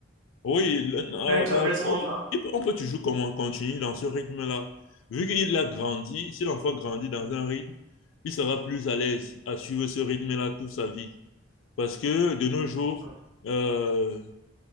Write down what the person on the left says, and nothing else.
Oui, le- euh,
euh,
il peut- on peut toujours comme on continue dans ce rythme-là. Vu qu'il a grandi, si l'enfant grandit dans un rythme, il sera plus à l'aise à suivre ce rythme-là toute sa vie. Parce que de nos jours,
euh,